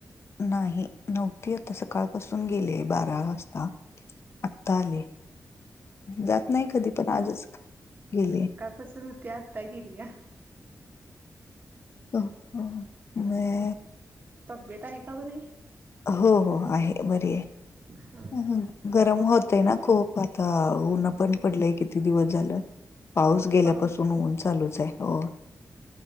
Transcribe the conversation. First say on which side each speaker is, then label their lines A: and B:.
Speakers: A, on the left; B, on the right.
A: नाही नव्हती आता सकाळपासून गेले बारा वाजता. आता आले जात नाही कधी पण आजच गेले.
B: पासुन होती आत्ता गेल्या.
A: हो हो म-
B: तब्बेत आहे का बरी?
A: हो हो आहे बरी आहे
B: हा,
A: गरम होतय ना खूप आता. ऊना
B: होय
A: पण पडलंय किती दिवस झालं पाऊस
B: होय
A: गेल्यापासून
B: पाऊस
A: ऊन चालूच आहे हो.